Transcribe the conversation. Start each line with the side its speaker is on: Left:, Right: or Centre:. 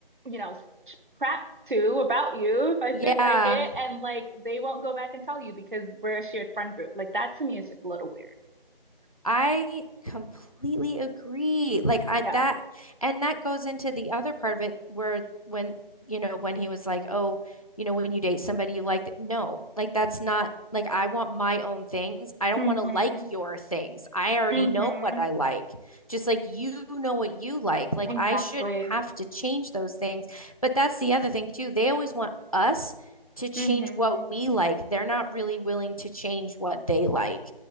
Right: you know, sh- crap to about you if I
Left: Yeah.
Right: feel like it and like they won't go back and tell you because we're a shared friend group. Like that to me is just a little weird.
Left: I completely agree. Like I
Right: Yeah.
Left: that and that goes into the other part of it where when you know when he was like, "Oh, you know when you date somebody you like no, like that's not like I want my own things. I don't
Right: Mm-hmm.
Left: want to like your things. I already
Right: Mm-hmm.
Left: know what I like. Just like you know what you like. Like
Right: Exactly.
Left: I should have to change those things. But that's the other thing too. They always want us to change
Right: Mm-hmm.
Left: what we like. They're not really willing to change what they like.